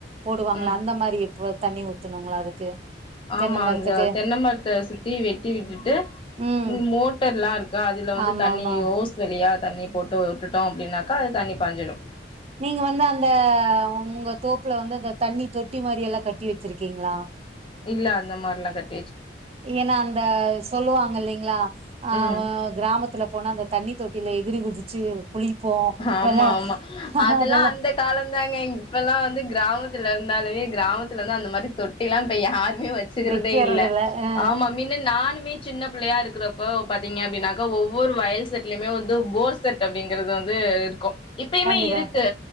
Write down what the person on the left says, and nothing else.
ம்
ஆமா
அந்த தென்ன மரத்தை சுத்தி வெட்டி விட்டுட்டு
மோட்டர் எல்லாம் இருக்கா அதுல வந்து
தண்ணி
ஓஸ் வழியா தண்ணி போட்டு விட்டுட்டோம் அப்படின்னாக்கா அது தண்ணி பாஞ்சிடும்
இல்ல அந்த மாரல்லா கட்
ம்
ஆமா
ஆமா அதெல்லாம்
அந்த காலம் தாங்க இப்பெல்லாம் வந்து கிராமத்து இருந்தாலமே கிராமத்தில் இருந்து அந்த மாரி தொட்டில்லா இப்ப யாரு வச்சுக்கிறதே
இல்ல
ஆமா மின்ன நானுமே சின்ன பிள்ளையா இருக்கிறப்ப பாத்தீங்க அப்படின்னா ஒவ்வொரு வயல் செட்லயுமே வந்து போர் செட் அப்படிங்கறது வந்து இருக்கும் இப்பயுமே
இருக்கு